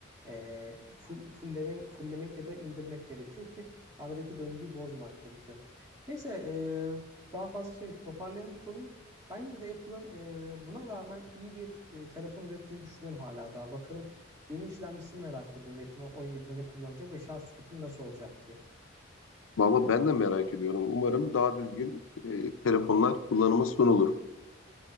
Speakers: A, on the right; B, on the left.
A: E, full, fulllemek, fulllemek ya da indirmek gerekiyor ki Aradaki döngüyü bozmak gerekiyor. Neyse e, daha fazla şey toparlayalım konuyu. Ben yine de Apple'ın e, buna rağmen iyi bir e, telefon ürettiğini düşünüyorum hala daha. Bakalım yeni işlemcisini merak ediyorum. Apple on 17'de ne kullanacak ve şarj tüketimi nasıl olacak diye.
B: Valla ben de merak ediyorum. Umarım daha düzgün e, telefonlar kullanıma sunulur.